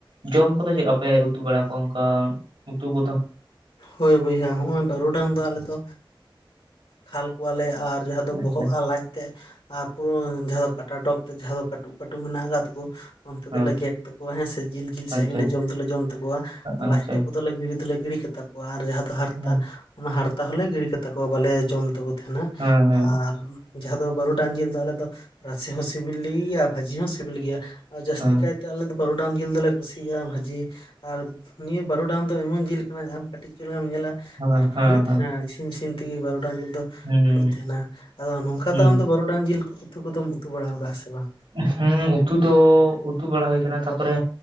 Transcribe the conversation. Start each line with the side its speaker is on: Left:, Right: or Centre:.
Right: ᱡᱚᱢ ᱠᱚᱫᱚ ᱪᱮᱫᱠᱟ ᱯᱮ ᱩᱛᱩ ᱵᱟᱲᱟ ᱠᱚᱣᱟ ᱚᱱᱠᱟ ᱩᱛᱩ ᱠᱚᱫᱚ?
Left: ᱦᱳᱭ ᱵᱚᱭᱦᱟ ᱦᱚᱸᱜ-ᱚᱭ ᱵᱟᱹᱨᱩᱰᱟᱝ ᱫᱚ ᱟᱞᱮᱫ ᱫᱚ ᱠᱷᱟᱞ ᱠᱚᱣᱟᱞᱮ ᱟᱨ ᱡᱟᱦᱟᱸ
Right: ᱟᱪᱪᱷᱟ
Left: ᱵᱚᱦᱚᱜ-ᱟ ᱞᱟᱡ ᱛᱮ ᱟᱨ ᱯᱩᱨᱟᱹ ᱠᱟᱴᱟ ᱰᱚᱜ ᱛᱮ ᱡᱟᱦᱟᱸ ᱫᱚ ᱠᱟᱹᱴᱩᱵ ᱠᱟᱹᱴᱩ ᱠᱟᱜ ᱚᱱᱛᱮ
Right: ᱦᱮᱸ
Left: ᱫᱚᱞᱮ ᱜᱮᱫ ᱛᱟᱠᱚᱣᱟ ᱦᱮᱸ ᱥᱮ ᱡᱤᱞ ᱡᱤᱞ ᱥᱮᱫ
Right: ᱟᱪᱪᱷᱟ
Left: ᱜᱮ ᱡᱚᱢ ᱫᱚᱞᱮ ᱡᱚᱢ ᱛᱟᱠᱚᱣᱟ
Right: ᱟᱪᱪᱷᱟ
Left: ᱞᱟᱡ ᱛᱮ ᱫᱚᱞᱮ ᱜᱤᱛᱟ ᱠᱚᱣᱟ ᱟᱨ ᱡᱟᱦᱟᱸ ᱫᱚ ᱦᱟᱨᱛᱟ
Right: ᱦᱮᱸ
Left: ᱦᱟᱨᱛᱟᱞ ᱦᱚᱞᱮ ᱜᱤᱰᱤ ᱠᱟᱛ ᱛᱟᱠᱚ ᱵᱟᱞᱮ ᱡᱚᱢ ᱛᱟᱠᱚ ᱛᱟᱦᱮᱱᱟ᱾
Right: ᱦᱮᱸ ᱦᱮᱸ᱾
Left: ᱟᱨ ᱡᱟᱦᱟᱸ ᱫᱚ ᱵᱟᱹᱨᱩᱰᱟᱝ ᱡᱤᱞ ᱫᱚ ᱟᱞᱮ ᱫᱚ ᱨᱟᱥᱮ ᱦᱚᱸ ᱥᱤᱵᱤᱞ ᱜᱮᱭᱟ ᱵᱷᱟᱹᱡᱤ ᱦᱚᱸ ᱥᱤᱵᱤᱞ ᱜᱮᱭᱟ᱾ ᱟᱨ ᱡᱟᱹᱥᱛᱤ
Right: ᱦᱮᱸ
Left: ᱠᱟᱭᱛᱮ ᱟᱞᱮ ᱫᱚ ᱵᱟᱨᱩᱰᱟᱝ ᱡᱤᱞ ᱫᱚᱞᱮ ᱠᱩᱥᱤᱭᱟᱜᱼᱟ ᱵᱷᱟᱹᱡᱤ ᱟᱨ ᱱᱤᱭᱟᱹ ᱵᱟᱨᱚᱰᱟᱝ ᱫᱚ ᱮᱢᱚᱱ ᱡᱤᱞ ᱠᱟᱱᱟ ᱟᱢ ᱠᱟᱹᱴᱤᱡ ᱪᱩᱞᱢ ᱧᱮᱞᱟ
Right: ᱦᱮᱸ
Left: ᱟᱨ ᱯᱷᱩᱞᱩᱜ
Right: ᱦᱮᱸ
Left: ᱛᱟᱦᱮᱱᱟ ᱤᱥᱤᱱ ᱤᱥᱤᱱ ᱛᱮᱜᱮ ᱵᱟᱨᱩᱰᱟᱝ ᱡᱤᱞ ᱫᱚ
Right: ᱦᱮᱸ ᱦᱩᱸ
Left: ᱟᱞᱚᱜ ᱛᱟᱦᱮᱱᱟ ᱟᱫᱚ ᱱᱚᱝᱠᱟ
Right: ᱦᱩᱸ
Left: ᱫᱚ ᱟᱢ ᱫᱚ ᱵᱟᱹᱨᱩᱰᱟᱝ ᱡᱤᱞ ᱩᱛᱩ ᱠᱚᱫᱚᱢ ᱩᱛᱩ ᱵᱟᱲᱟ ᱟᱠᱟᱜᱼᱟ ᱥᱮ ᱵᱟᱝ?
Right: ᱦᱮᱸ ᱩᱛᱩ ᱫᱚ ᱩᱛᱩ ᱵᱟᱲᱟ ᱦᱩᱭ ᱠᱟᱱᱟ ᱛᱟᱯᱚᱨᱮ